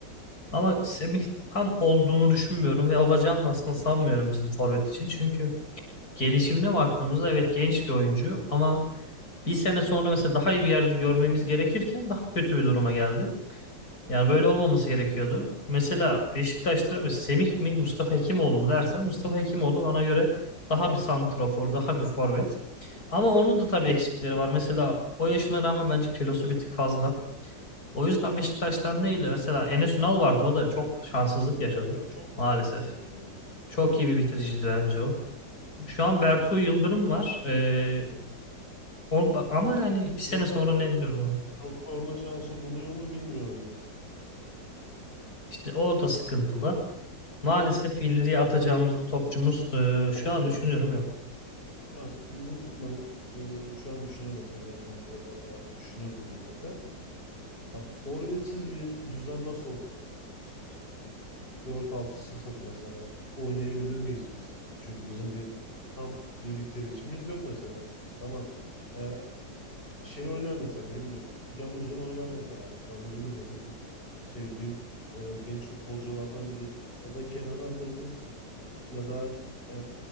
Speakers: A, on the left; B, on the left.
A: Ama Semih tam olduğunu düşünmüyorum ve olacağını da aslında sanmıyorum bizim forvet için. Çünkü gelişimine baktığımızda evet genç bir oyuncu ama bir sene sonra mesela daha iyi bir yerde görmemiz gerekirken daha kötü bir duruma geldi. Yani böyle olmaması gerekiyordu. Mesela Beşiktaş'ta mesela Semih mi Mustafa Hekimoğlu mu dersen Mustafa Hekimoğlu bana göre daha bir santrafor, daha bir forvet. Ama onun da tabii eksikleri var. Mesela o yaşına rağmen bence kilosu bir tık fazla. O yüzden Beşiktaş'tan değil de mesela Enes Ünal vardı. O da çok şanssızlık yaşadı
B: Sakat çok
A: maalesef.
B: sakatlanıyor ya
A: Çok
B: maalesef.
A: iyi bir bitiriciydi bence o. Şu an Bertu Yıldırım var. Ee, o, ama yani bir sene
B: Getafe
A: sonra ne
B: çok
A: durumu?
B: çok forma şansı buluyor mu bilmiyorum yani.
A: İşte o da sıkıntılı. Maalesef ileriye atacağımız bir topçumuz ee,
B: Forvet
A: şu an düşünüyorum yok.
B: yani bizim ben e, şu an düşünüyorum mesela Montella da düşünüyordur mutlaka. Yani forvetsiz bir düzen nasıl olur mesela bizim için? Dört altı sıfır mesela oynayabilir miyiz biz? Çünkü bizim bir tam bir bitiricimiz yok mesela. Tamam. E, şey oynar mesela ne bileyim. Can Uzun oynar mesela. Can Uzun da mesela çok sevdiğim e, genç futbolculardan biri. Ya da Kenan'ı atabilirsin. Ya da e,